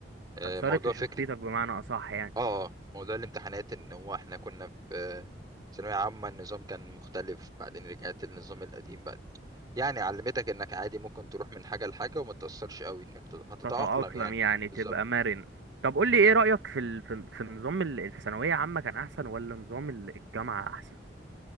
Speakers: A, on the right (about 25°); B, on the right (about 90°).
A: آه،
B: اثرت
A: موضوع
B: في
A: فكره
B: شخصيتك بمعنى اصح يعني
A: اه آه، موضوع الامتحانات ان هو احنا كنا في آه، ثانويه عامه النظام كان مختلف بعدين رجعت للنظام القديم بعد يعني علمتك انك عادي ممكن تروح من حاجة لحاجة وما تأثرش قوي انك تت- هتتأقلم
B: تتأقلم
A: يعني
B: يعني
A: بالظبط
B: تبقى مرن طب قول
A: مم.
B: لي ايه رأيك في ال... في في نظام ال- الثانوية عامة كان احسن ولا نظام ال- الجامعة احسن